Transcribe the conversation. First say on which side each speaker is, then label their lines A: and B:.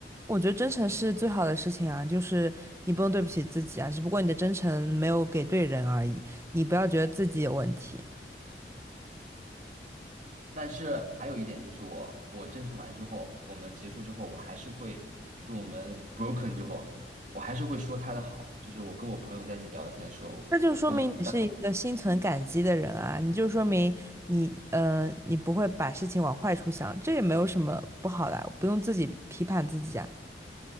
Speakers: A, on the right; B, on the right.
A: 我觉得真诚是最好的事情啊，就是你不用对不起自己啊，只不过你的真诚没有给对人而已，你不要觉得自己有问题。
B: 但是还有一点就是我，我真诚完之后，我们结束之后，我还是会，就我们 broken 之后，我还是会说他的好。就是我跟我朋友在一起聊天的时候，
A: 那就说明你是一个心存感激的人啊，
B: 我朋友，但
A: 你就说明你呃，你不会把事情往坏处想，这也没有什么不好的啊不用自己批判自己啊，